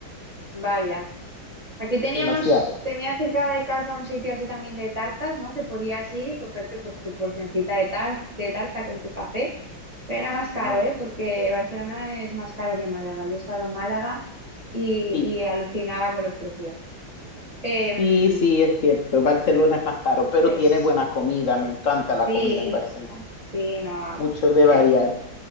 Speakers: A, on the right (about 20°); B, on the left (about 55°).
A: vaya. Aquí teníamos,
B: demasiado.
A: tenía cerca de casa un sitio así también de tartas, ¿no? Que podías ir y cogerte pues tu porcioncita de, tar- de tarta con tu café, pero era más caro,
B: Ah,
A: ¿eh?
B: qué-
A: Porque Barcelona es más caro que Málaga. Yo he estado en Málaga y,
B: sí,
A: y alucinaba con los precios. Em,
B: sí, sí, es cierto. Barcelona es más caro, pero
A: es
B: tiene buena comida, me encanta la
A: Sí,
B: comida en Barcelona.
A: sí, no.
B: mucho de
A: ya-
B: variar.